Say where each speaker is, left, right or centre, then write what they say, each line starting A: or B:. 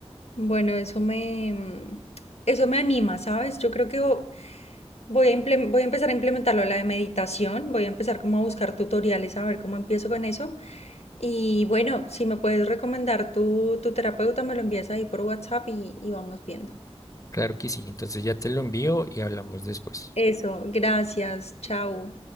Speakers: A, on the left; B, on the left.
A: Bueno, eso me, mm, eso me anima, ¿sabes? Yo creo que vo- voy a implem- voy a empezar a implementarlo, la de meditación, voy a empezar como a buscar tutoriales, a ver cómo empiezo con eso. Y bueno, si me puedes recomendar tu, tu terapeuta, me lo envías ahí por WhatsApp y, y vamos viendo.
B: Claro que sí, entonces ya te lo envío y hablamos después.
A: Eso, gracias, chao.